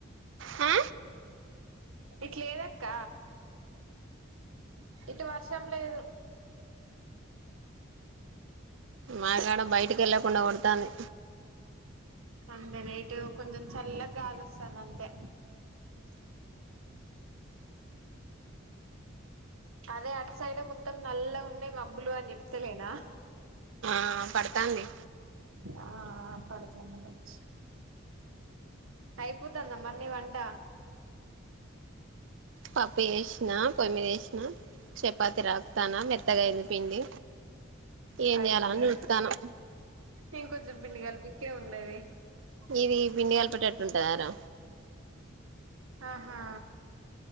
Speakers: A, on the right (about 65°); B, on the right (about 90°).
A: హా
B: ఇటు లేదక్క ఇటు వర్షం లేదు
A: మాకాడ బయటికి ఎళ్ళకుండా కొడతాంది
B: అంతే నైటు కొంచెం చల్లగాలొస్తాంది అంతే అదే అటు సైడే మొత్తం నల్లగున్నాయి మబ్బులు అని చెప్తలేనా
A: ఆ పడతాంది
B: ఆ పడుతుంది వచ్చి అయిపోతుందా మరి నీ వంట
A: పప్పు చేసినా పొయ్యిమీదేసిన చపాతి రాపుతానా మెత్తగాయింది పిండి ఏం
B: అయ్యో
A: చేయాలని చూత్తాన్నా
B: ఇంకొంచెం పిండి కలిపు ఇంకేమున్నది
A: ఇది పిండి కలపటేట్టుంటదారా
B: ఆహా